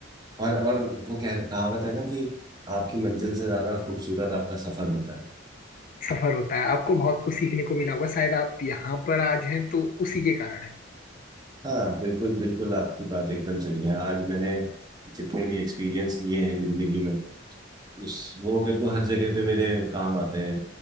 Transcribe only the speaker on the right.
और और वो कह कहावत है ना कि आपकी मंजिल से ज्यादा खूबसूरत आपका सफर होता है
हाँ बिल्कुल बिल्कुल आपकी बात एकदम सही है आज मैंने जितने भी एक्सपीरियंस लिए हैं जिंदगी में उस वो मेरे को हर जगह पे मेरे काम आते हैं